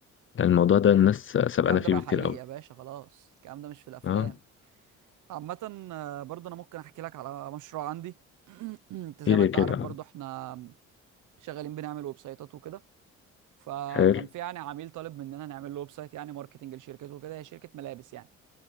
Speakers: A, on the left (about 40°); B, on the right (about 80°).
A: لأن الموضوع ده الناس سابقانا
B: الكلام
A: فيه
B: ده بقى
A: بكتير
B: حقيقي
A: قوي
B: يا باشا خلاص الكلام ده مش في الافلام
A: اه
B: عامة آه، برضه انا ممكن احكي لك على مشروع عندي <clears throat> انت زي
A: ايه ليه
B: ما انت
A: كده
B: عارف برضه احنا شغالين بنعمل ويب سايتات وكده فكان
A: حلو
B: في يعني عميل طالب مننا نعمل له ويب سايت يعني ماركتنج لشركته وكده هي شركة ملابس يعني